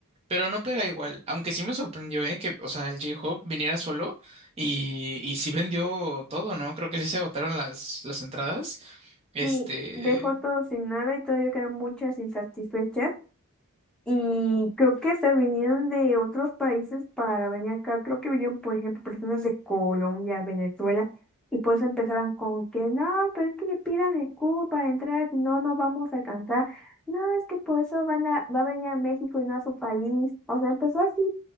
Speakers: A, on the right; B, in the centre.
A: pero no pega igual, aunque sí me sorprendió, ¿eh? Que, o sea, el J-Hope viniera solo y, y sí vendió todo, ¿no? Creo que sí se agotaron las, las entradas. Este,
B: Sí, de fotos sin nada y todavía quedan muchas insatisfechas Y creo que se vinieron de otros países para venir acá. Creo que vinieron, por ejemplo, personas de Colombia, Venezuela, y pues empezaron con que no, pero es que le pidan el cubo para entrar, si no, no vamos a alcanzar. No, es que por eso van a, va a venir a México y no a su país. O sea, empezó así,